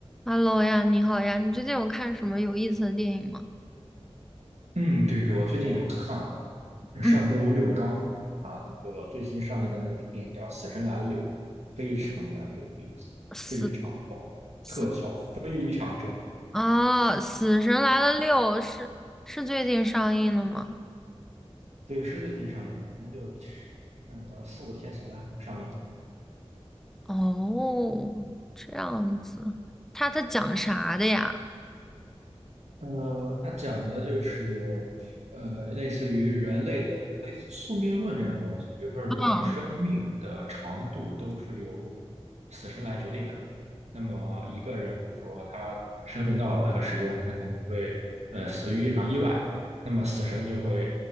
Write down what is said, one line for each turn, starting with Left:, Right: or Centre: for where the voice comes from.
Centre: Hello 呀，你好呀，你最近有看什么有意思的电影吗？
Right: 嗯，对，我最近有看，
Centre: 嗯，
Right: 上周六刚啊那个最新上映的那个电影叫《死神来了》，非常的有意思，
Centre: 死
Right: 非常棒，
Centre: 死
Right: 特效非常正。
Centre: 啊，《死神来了六》是是最近上映的吗？
Right: 对，是最近上映的，那就呃四五天前啊上映。
Centre: 哦，这样子，他他讲啥的呀？
Right: 呃，它讲的就是，呃，类似于人类的，就是类似宿命论这样的东西。比如说，人的生命的长度都是由
Centre: 嗯
Right: 死神来决定的。那么，一个人，比如说他生命到了那个时间，他可能会呃死于一场意外，那么死神就会